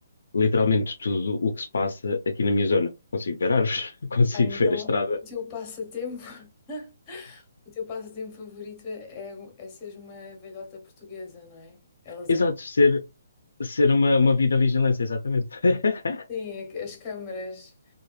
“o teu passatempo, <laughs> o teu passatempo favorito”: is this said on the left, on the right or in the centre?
Left